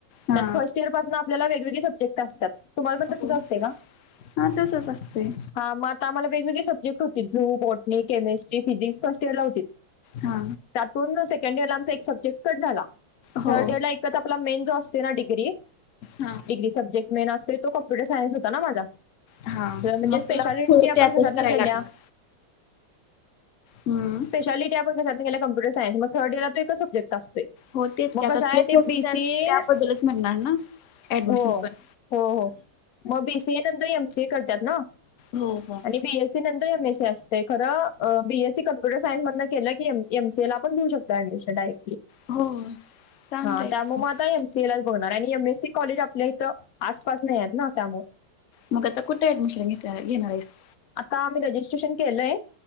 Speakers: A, on the left (about 85°); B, on the left (about 60°).
A: हा
B: त्यात फर्स्ट इयर पासन आपल्याला वेगवेगळे सब्जेक्ट असतात. तुम्हाला पण
A: हो
B: तसच असते का?
A: हा तसंच असतंय
B: हा म, आ्हाला वेगळे सब्जेक्ट होतील zoo, पॉटनिक, chemistry, physics first year ला होतील.
A: हा
B: त्यातून सेकंड इयर ला आमचा एक सब्जेक्ट कट झाला,
A: हो
B: थर्ड इयर ला एक एकच आपला मेन जो, असततो ना डिग्री
A: हा
B: डिग्री सब्जेक्ट मेन असतो तो, कॉम्पुटर सायंस होता ना माझा.
A: हा
B: म्हणजे
A: मग
B: स्पेशालिटी
A: तुला पुढे
B: आपण
A: ते आताच
B: कसात
A: करायला
B: न केल्या.
A: लागणार. हम्म
B: स्पेशालिटी अपण कशातन केल्या, कम्पुटर सायन्सन मं थर्ड इयरला तो एकच सब्जेक्ट असतोय.
A: हो तेच
B: मग
A: की आता,
B: कसं
A: तुला
B: आहे ते
A: फोतच
B: बीसीए
A: होत तयार त्याबद्दलच मिळणार ना ऍडमिशन
B: हो
A: पण
B: हो हो मग बी सीये नंतर एम सीये या से करतात नव.
A: हो हो
B: आणि बीएससी नंतर एमएसी असते खर, बीएसी कम्प्युटर सायन्स मधन केल, की ए एमसीयला आपण देऊ शकतो. डायरेक्ली.
A: हो चांगलं
B: हा
A: आहे
B: त्यामुळे
A: मग.
B: म एमसीए लाच बघणार आणि एमएससी कॉलेज आपल्या इथ आसपास नाही आहेत ना त्यामुळे
A: मग आता कुठे ऍडमिशन घेत घेणार आहेस?
B: आता आम्ही रजिस्ट्रेशन केलय